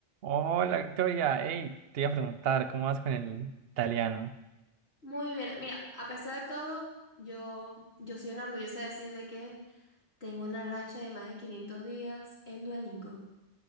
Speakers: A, on the right (about 70°); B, on the left (about 75°).
A: Hola Victoria, hey, te iba a preguntar, ¿cómo vas con el italiano?
B: Muy bien, mira, a pesar de todo, yo, yo soy una orgullosa de decir de que tengo una racha de más de 500 días en Duolingo.